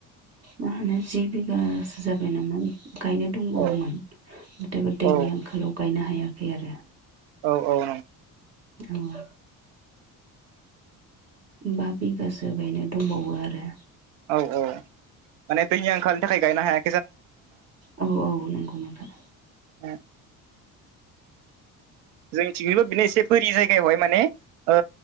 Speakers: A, on the right (about 35°); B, on the right (about 80°).
A: मा होनो जि बिगासो जाबाय नामा गायनो दंबावोमोन।
B: औ
A: नाथायबा दैनि
B: औ
A: आंखालाव गायनो हायाखै आरो।
B: औ औ।
A: उम। बा बिगासो गायनो दंबावो आरो।
B: औ औ, माने दैनि आंखालनि थाखाय गायनो हाया
A: औ औ नंगौ नोंथां।
B: <unintelligible> जोंनि थिगैबो बिनो एसे बोरि जायगायावहाय माने ओ